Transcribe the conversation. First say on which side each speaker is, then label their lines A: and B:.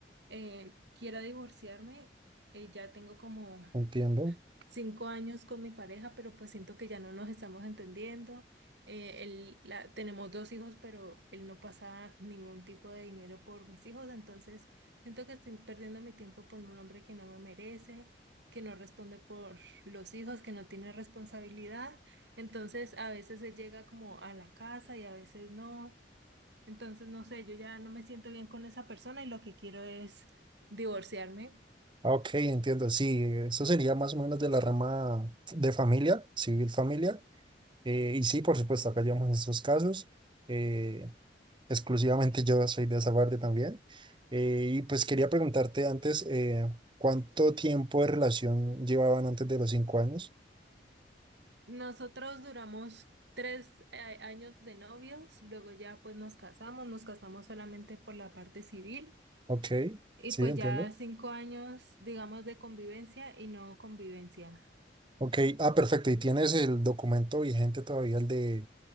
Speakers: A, on the right; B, on the right.
A: eh, quiero divorciarme. eh, ya tengo como
B: Entiendo.
A: cinco años con mi pareja, pero pues siento que ya no nos estamos entendiendo. Eh, él, la, tenemos dos hijos, pero él no pasa ningún tipo de dinero por mis hijos, entonces siento que estoy perdiendo mi tiempo por un hombre que no me merece, que no responde por los hijos, que no tiene responsabilidad. Entonces a veces él llega como a la casa y a veces no. Entonces, no sé, yo ya no me siento bien con esa persona y lo que quiero es divorciarme.
B: Ah, Ok, entiendo, sí, eso sería más o menos de la rama de familia, civil familia. Eh, y sí, por supuesto, acá llevamos esos casos. Eh, exclusivamente yo soy de esa parte también. Eh, y pues quería preguntarte antes, eh, ¿cuánto tiempo de relación llevaban antes de los cinco años?
A: Nosotros duramos tres eh, años de novios, luego ya pues nos casamos, nos casamos solamente por la parte civil
B: Ok,
A: y
B: sí,
A: pues
B: entiendo.
A: ya cinco años, digamos, de convivencia y no convivencia.
B: Ok, ah, perfecto. ¿Y tienes el documento vigente todavía, el de,